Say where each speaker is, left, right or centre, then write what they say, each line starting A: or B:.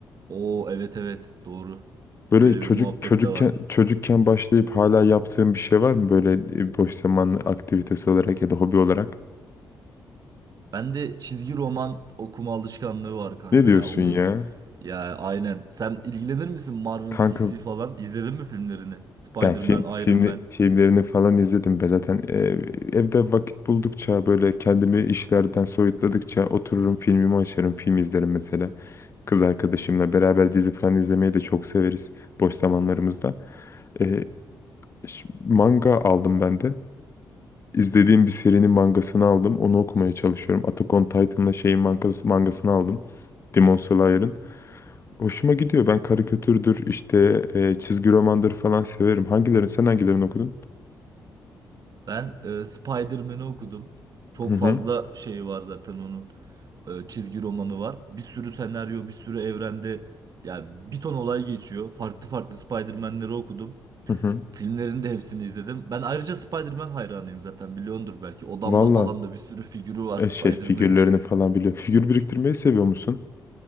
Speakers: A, on the right; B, on the left.
A: Oo evet evet doğru.
B: Böyle
A: Öyle
B: çocuk
A: bir muhabbet
B: çocukken
A: de var.
B: çocukken başlayıp hala yaptığın bir şey var mı böyle e, boş zaman aktivitesi olarak ya da hobi olarak?
A: Ben de çizgi roman okuma alışkanlığı var kanka
B: Ne diyorsun
A: ya. Onu
B: ya?
A: ya aynen. Sen ilgilenir misin Marvel,
B: Kanka
A: DC falan? İzledin mi filmlerini? Spider-Man,
B: ben film filmi
A: Iron Man.
B: filmlerini falan izledim. Ben zaten e, evde vakit buldukça böyle kendimi işlerden soyutladıkça otururum filmimi açarım, film izlerim mesela. Kız arkadaşımla beraber dizi falan izlemeyi de çok severiz boş zamanlarımızda. E, ş- manga aldım ben de. İzlediğim bir serinin mangasını aldım. Onu okumaya çalışıyorum. Attack on Titan'la şeyin mangası, mangasını aldım. Demon Slayer'ın. Hoşuma gidiyor. Ben karikatürdür, işte e, çizgi romandır falan severim. Hangilerini, sen hangilerini okudun?
A: Ben e, Spider-Man'i okudum. Çok
B: Hı hı,
A: fazla şeyi var zaten onun. E, çizgi romanı var. Bir sürü senaryo, bir sürü evrende yani bir ton olay geçiyor. Farklı farklı Spider-Man'leri okudum.
B: hı hı.
A: Filmlerin de hepsini izledim. Ben ayrıca Spider-Man hayranıyım zaten biliyordur belki. Odamda
B: Valla
A: falan da bir sürü figürü var
B: e,
A: <laughs> Spider-Man'in.
B: şey figürlerini falan biliyorum. Figür biriktirmeyi seviyor musun?